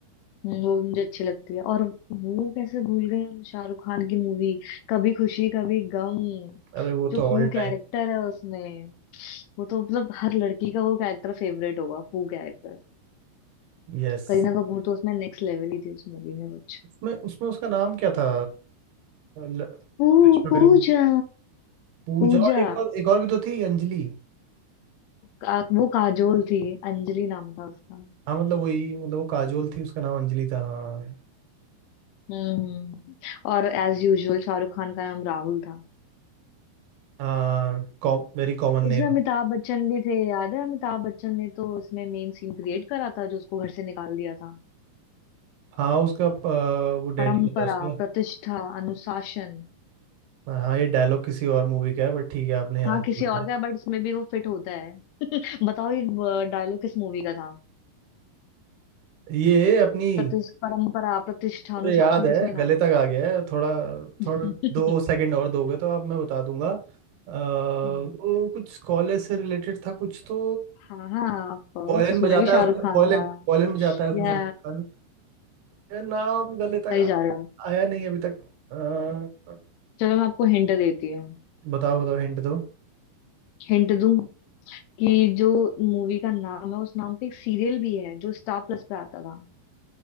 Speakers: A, on the left (about 85°); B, on the right (about 65°).
A: हम्म, वो भी मुझे अच्छी लगती है और वो कैसे भूल गए हम शाहरुख खान की मूवी कभी खुशी कभी गम
B: अरे वो
A: जो
B: तो
A: पू
B: ऑल
A: कैरेक्टर
B: टाइम
A: है उसमें वो तो मतलब हर लड़की का वो कैरेक्टर फेवरेट होगा पू कैरेक्टर
B: यस
A: करीना कपूर तो उसमें नेक्स्ट लेवल ही थी उस मूवी में कुछ
B: उसमें उसमें उसका नाम क्या था ल-
A: पू
B: करिश्मा
A: पूजा
B: करीब पूजा
A: पूजा
B: और एक और एक और भी तो थी अंजलि
A: का, वो काजोल थी अंजलि नाम था उसका
B: हाँ मतलब वही मतलब वो काजोल थी उसका नाम अंजलि था हाँ
A: हम्म और एज यूजुअल शाहरुख खान का नाम राहुल था
B: हाँ कॉ, वेरी कॉमन
A: इसमें
B: नेम
A: अमिताभ बच्चन भी थे याद है अमिताभ बच्चन ने तो इसमें मेन सीन क्रिएट करा था जो उसको घर से निकाल दिया था
B: हाँ उसका प- वो डैडी
A: परंपरा
B: होता है उसका
A: प्रतिष्ठा अनुशासन
B: हाँ ये डायलॉग किसी और मूवी का है बट ठीक है आपने यहाँ
A: हाँ
B: जोड़
A: किसी
B: दिया।
A: और का बट इसमें भी वो फिट होता है बताओ ये डायलॉग किस मूवी का था
B: ये अपनी
A: प्रतिष्ठ परंपरा प्रतिष्ठा
B: मुझे
A: अनुशासन
B: याद है
A: किस में
B: गले
A: था
B: तक आ गया है थोड़ा
A: <laughs>
B: थोड़ा दो सेकंड और दोगे तो आप मैं बता दूंगा अ, वो
A: हम्म
B: कुछ कॉलेज से रिलेटेड था कुछ तो
A: हाँ हाँ ऑफ कोर्स
B: वॉयलिन
A: उसमें
B: बजाता
A: भी शाहरुख
B: है उसमें
A: खान
B: वॉयलिन
A: था
B: वॉयलिन बजाता है उसमें
A: या
B: शाहरुख खान ये नाम गले तक
A: सही
B: आ,
A: जा रहे हो
B: आया नहीं अभी तक अ,
A: चलो मैं आपको हिंट देती हूँ
B: बताओ बताओ हिंट दो
A: हिंट दूँ कि जो मूवी का नाम है उस नाम पे एक सीरियल भी है जो स्टार प्लस पे आता था